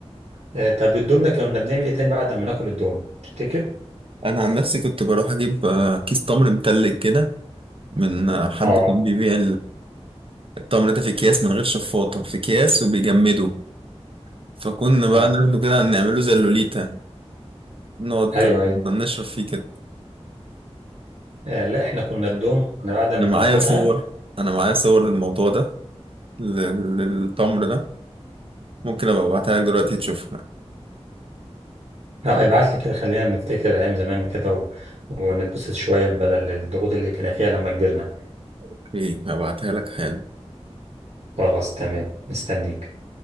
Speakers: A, on the right; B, on the right.
A: آه، طب الدوم ده كنا بنعمل ايه تاني بعد ما ناكل الدوم تفتكر؟
B: انا عن نفسي كنت بروح اجيب آه، كيس تمر متلج كده من آه، حد
A: آه.
B: كان بيبيع التمر ده في اكياس من غير شفاطة في اكياس وبيجمده فكنا
A: اه
B: بقى ناخده كده نعمله زي اللوليتا نقعد
A: ايوه ايوه
B: نشرب فيه كده
A: آه لا احنا كنا الدوم انا بعد ما
B: انا معايا
A: ناكلها
B: صور انا معايا صور للموضوع ده لل- للتمر ده ممكن ابقى ابعتها لك دلوقتي تشوفها
A: لا ابعت لي كده خلينا نفتكر ايام زمان كده و... ونتبسط شويه بدل الضغوط اللي كنا فيها لما كبرنا
B: اوكي هبعتها لك حالا
A: خلاص تمام مستنيك